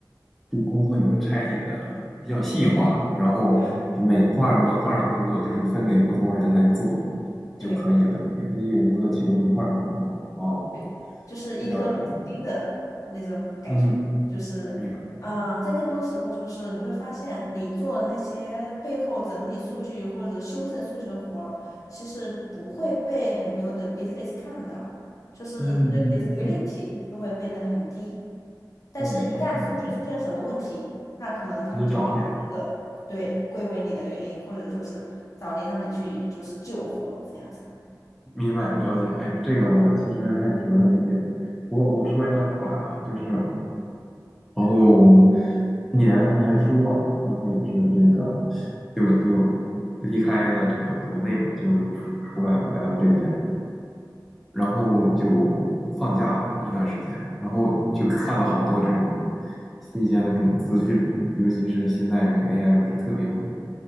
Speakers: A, in the centre; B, on the left.
A: 对工作已经拆解的比较细化，然后就每一块儿模块儿的工作就是分给不同人来做
B: 对。
A: 就可以了，
B: 对
A: 你也你也就做其中一块儿工作哦，
B: 对，就是一颗螺丝钉的那种感觉，
A: 了解了解，嗯，
B: 就是，
A: 明白明白，
B: 啊，在更多时候就是你会发现，你做那些背后整理数据或者修正数据的活儿，其实不会被很多的 business 看到，就是你的
A: 嗯嗯，
B: visibility
A: 是的，
B: 就会变得很低。但是，
A: 是的，
B: 一旦数据出现什么问题，
A: 是的，是的。
B: 那可能他们就会把这个对归为你的原因，
A: 那就找你了
B: 或者说是找你让你去就是救火这样子。
A: 明白了解，哎呦，这个我其实还挺能理解，我我说一下后来啊，就是。然后年年初吧，然后也是这个，就就离开了这个国内嘛，就出出来了，来到这边，然后就放假了一段时间，然后就看了好多这种新鲜的这种资讯吧，尤其是现在这个 AI 不是特别火，